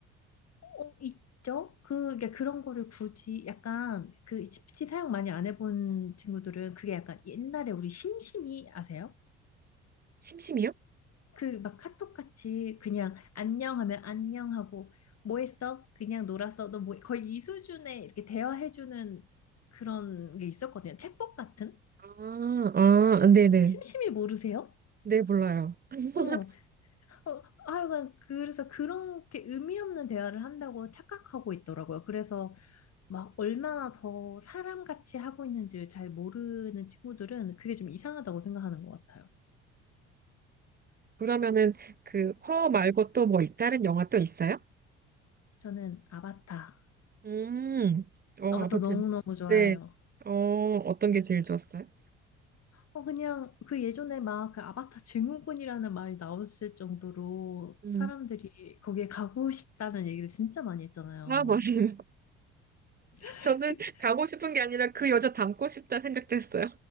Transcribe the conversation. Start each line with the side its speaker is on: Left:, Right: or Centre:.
Left: 어, 있죠? 그, 그 그런 거를 굳이 약간 그 GPT 사용 많이 안 해본 친구들은 그게 약간 옛날에 우리 심심이 아세요?
Right: 심심이요?
Left: 그 막 카톡 같이 그냥 안녕 하면 안녕 하고 뭐 했어? 그냥 놀았어. 너 뭐, 거의 이 수준의 이렇게 대화해주는 그런 게 있었거든요. 챗봇 같은?
Right: 아, 아, 네네.
Left: 어, 심심이
Right: 네,
Left: 모르세요?
Right: 네, 몰라요. <laughs>
Left: 어, 어, 하여간 그래서 그렇게 의미 없는 대화를 한다고 착각하고 있더라고요. 그래서 막 얼마나 더 사람같이 하고 있는지를 잘 모르는 친구들은 그게 좀 이상하다고 생각하는 것 같아요.
Right: 그러면은 그 허 말고 또 뭐 다른 영화 또 있어요?
Left: 저는 아바타,
Right: 음, 어,
Left: 아바타
Right: 아파트.
Left: 너무너무 좋아해요.
Right: 네. 어, 어떤 게 제일 좋았어요?
Left: 어, 그냥 그 예전에 막 그 아바타 증후군이라는 말이 나왔을 정도로
Right: 음.
Left: 사람들이 거기에 가고 싶다는 얘기를 진짜 많이 했잖아요.
Right: 아, 맞아요. <laughs>
Left: 그-
Right: 저는
Left: 그,
Right: 가고 싶은 게 아니라 그 여자 닮고 싶다 생각됐어요.